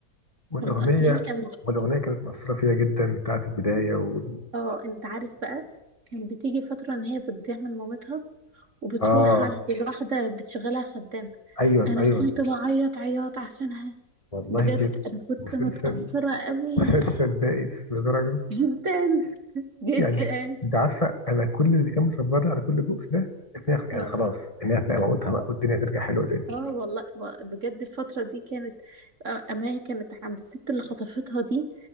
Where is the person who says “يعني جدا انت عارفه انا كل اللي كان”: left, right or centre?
Left